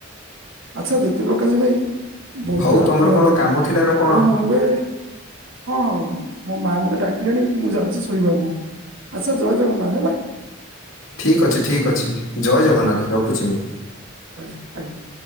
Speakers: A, on the right (about 75°); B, on the left (about 80°).
A: ଆଚ୍ଛା ଜ୍ୟୋତିପ୍ରକାଶ ଭାଇ ବହୁତ
B: ହଉ
A: ରାତ୍ରି
B: ତମର
A: ହେଲାଣି
B: କ'ଣ କାମ
A: ତେଣୁ
B: ଥିଲା ନା କ'ଣ
A: ମୁଁ ଏବେ ହଁ ହଁ ମୋ ମା ମତେ ଡାକିଲେଣି ମୁଁ ଯାଉଛି ଶୋଇବାକୁ। ଆଚ୍ଛା ଜୟ ଜଗନ୍ନାଥ ହେଲା।
B: ଠିକ୍ ଅଛି ଠିକ୍ ଅଛି ଜୟ ଜଗନ୍ନାଥ ରଖୁଛି ମୁଁ।
A: ଯାଉଛି ଆଜ୍ଞା।